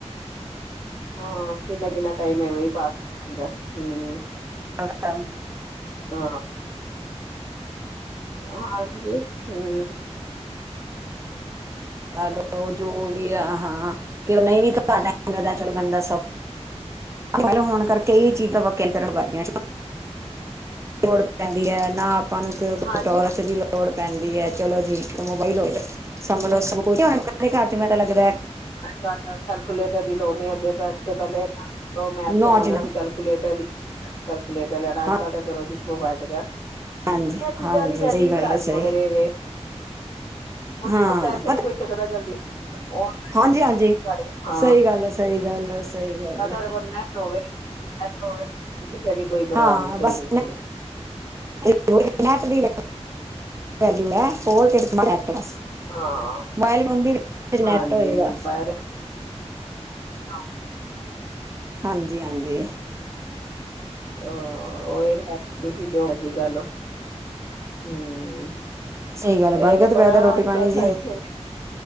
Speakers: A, on the left; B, on the right.
A: ਹਾਂ, ਕਿੰਨਾ-ਕਿੰਨਾ ਟਾਈਮ ਐਵੇਂ ਹੀ ਪਾਸ ਹੋ ਜਾਂਦੈ, ਹੂੰ।
B: ਅ ਅ,
A: ਆ ਹਾਂਜੀ, ਹੂੰ।
B: ਅ ਜੋ ਵੀ ਆ, ਹਾਂ, ਕਿਹੜਾ ਨਹੀ ਵੀ ਘੱਟ ਟਾਈਮ ਲੱਗਦਾ ਚਲੋ ਬੰਦਾ ਸਫ਼ਰ ਗੱਲ ਹੋਣ ਕਰਕੇ ਇਹ ਚੀਜ਼ਾਂ ਵਾਕਿਆਂ ਕਰਨ ਵਾਲੀਆਂ ਲੋੜ ਪੈਂਦੀ ਐ ਨਾ ਆਪਾਂ ਨੂੰ
A: ਹਾਂਜੀ
B: ਟੋਰਚ ਦੀ ਲੋ ਲੋੜ ਪੈਂਦੀ ਹੈ, ਚਲੋ ਜੀ, ਮੋਬਈਲ ਹੋਏ 'ਤੇ ਸੰਭਲੋ ਸਬ ਕੁਛ ਅਪਨੇ ਘਰ 'ਚ ਮੈ ਤਾਂ ਲੱਗਦੈ।
A: ਅੱਜ-ਕੱਲ ਕੈਲਕੂਲੇਟਰ ਦੀ ਲੋੜ ਨਹੀਂ, ਅੱਗੇ 'ਚ ਪਹਿਲੇ ਜਦੋ ਮੈਥ
B: ਨੌ
A: ਕਰਨਾ
B: ਜਣਾ
A: ਆਂਦਾ ਸੀ, ਕੈਲਕੂਲੇਟਰ ਦੀ ਕੈਲਕੂਲੇਟਰ ਲੈਣਾ ਅੱਜ-ਕੱਲ
B: ਹਾਂ
A: ਤਾਂ ਚਲੋ ਜੀ ਮੋਬਾਇਲ ਚ ਹੈ ਗਿਆ।
B: ਹਾਂਜੀ
A: ਮੈ ਚੀਜ਼ਾਂ
B: ਹਾਂਜੀ
A: ਦੀ ਵੈਲਊ
B: ਸਹੀ
A: ਈ
B: ਗੱਲ
A: ਕਰਾਤੀ,
B: ਹੈ ਸਹੀ
A: ਮਗਰ ਏ ਵੇ। ਹੁਣ
B: ਹਾਂ
A: ਦੇਖੋ ਪੈਸੇ ਨੀ ਕੋਈ ਚੱਕਦਾ ਜਲਦੀ, ਉਹ
B: ਹਾਂਜੀ-ਹਾਂਜੀ,
A: ਸਾਰੇ ਹਾਂ
B: ਸਹੀ ਗੱਲ ਐ, ਸਹੀ ਗੱਲ ਐ, ਸਹੀ ਗੱਲ ਐ।
A: ਕਿਸੇ ਕੋਲ ਨੈਟ ਹੋਵੇ, ਨੈਟ ਹੋਵੇ, ਕਿਸੇ ਦੀ ਕੋਈ ਪਰਵਾਹ
B: ਹਾਂ
A: ਨੀ, ਕੋਈ
B: ਬਸ
A: ਕੁਛ ਨੀ।
B: <unintelligible> ਪਹਿਲੇ ਨਾ, ਹੋਰ ਕਿਸੇ ਦਾ ਮੋਬਾਈਲ ਨੈਟ ਬਸ,
A: ਹਾਂ
B: ਮੋਬਾਇਲ ਹੁੰਦੀ ਵੀ ਜਿਹਦੇ
A: ਹਾਂਜੀ
B: ਚ ਨੈਟ ਹੋਏਗਾ।
A: ਮੋਬਾਇਲ ਹਾਂ
B: ਹਾਂਜੀ-ਹਾਂਜੀ।
A: ਅਹ, ਓਏ ਅਪ ਤੁਸੀਂ ਜੋ ਮਰਜੀ ਕਰ ਲਓ। ਹੂੰ,
B: ਸਹੀ ਗੱਲ ਬਣ
A: ਐ
B: ਗਿਆ ਤੇ
A: ਬੜਾ
B: ਫਾਇਦਾ ਰੋਟੀ
A: ਅੱਜ-ਕੱਲ੍ਹ
B: ਪਾਣੀ
A: ਸਾਇਸ
B: ਜੀ
A: ਏ,